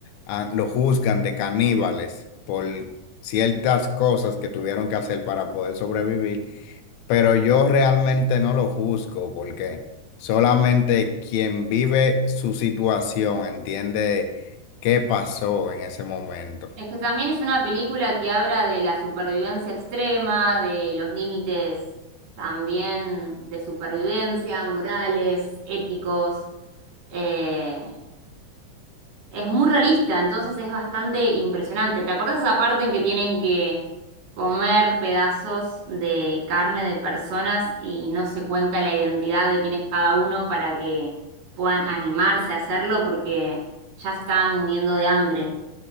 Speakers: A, on the left; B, on the right.
A: ah, lo juzgan de caníbales por ciertas cosas que tuvieron que hacer para poder sobrevivir pero yo realmente no lo juzgo porque solamente quien vive su situación entiende qué pasó en ese momento.
B: Es que también es una película que habla de la supervivencia extrema, de los límites también de supervivencia, morales, éticos. Eh, es muy realista, entonces es bastante impresionante. ¿Te acordás esa parte en que tienen que comer pedazos de carne de personas y no se cuenta la identidad de quién es cada uno para que puedan animarse a hacerlo porque ya se estaban muriendo de hambre?